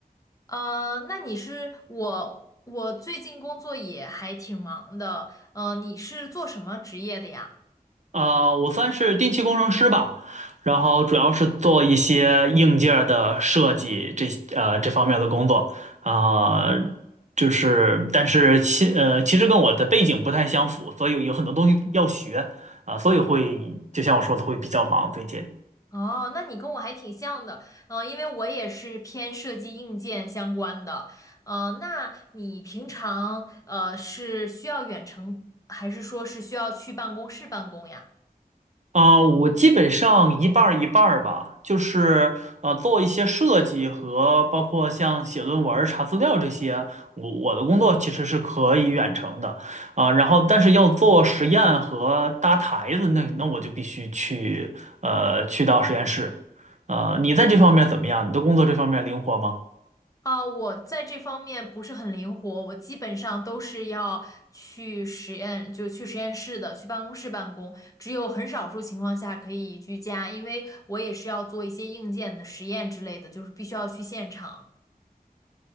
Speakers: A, on the left; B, on the right.
A: 呃，那你是我，我最近工作也还挺忙的，呃，你是做什么职业的呀？
B: 啊、我算是电气工程师吧，然后主要是做一些硬件儿的设计这呃这方面的工作，啊、就是，但是其呃其实跟我的背景不太相符，所以有很多东西要学啊、所以会就像我说的会比较忙最近。
A: 哦，那你跟我还挺像的，呃，因为我也是偏设计硬件相关的，呃，那你平常呃是需要远程，还是说是需要去办公室办公呀？
B: 啊，我基本上一半儿一半儿吧，就是呃，做一些设计和包括像写论文儿查资料这些，我我的工作其实是可以远程的啊，然后但是要做实验和搭台子，那那我就必须去呃去到实验室。呃，你在这方面怎么样？你的工作这方面灵活吗？
A: 啊，我在这方面不是很灵活，我基本上都是要去实验，就去实验室的，去办公室办公，只有很少数情况下可以居家，因为我也是要做一些硬件的实验之类的，就是必须要去现场，